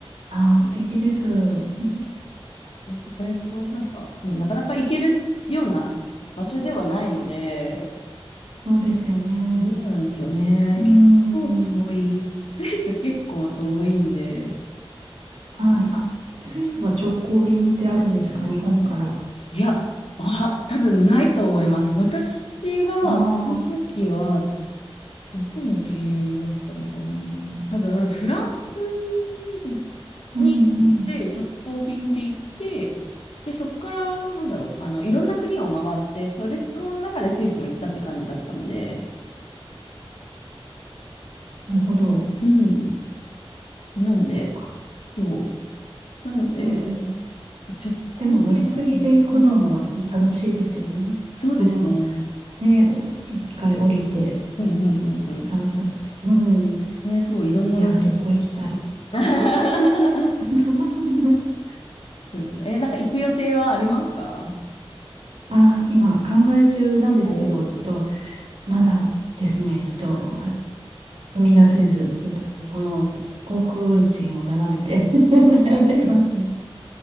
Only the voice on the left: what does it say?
<laughs> 意外と、なんかね、なかなか行けるような場所ではないので、
そうなんですよね。
結構遠い。スイス結構遠いんで。
いや、あ、多分ないと思います。私は、
その時は、どこの経由だったのかな。多分、フランス
に行って、直行便で行って、で、そこから、なんだろう、あの、いろんな国を回って、それの中でスイスも行ったって感じだったんで、
うん。なんで、
そう。なので、
直行便は何うん、
そうですね。
うんうんうんうん。
ね、そう、いろんな場所。
うん <laughs>
そうですね。え、なんか行く予定はありますか
おー
あ、